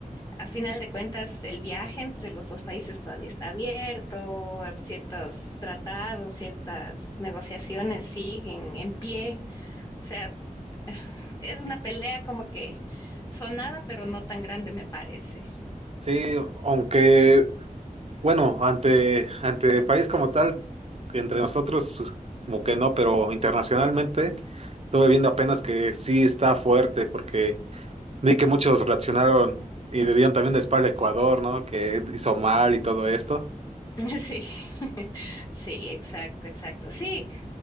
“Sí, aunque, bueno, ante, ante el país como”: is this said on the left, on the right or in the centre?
Right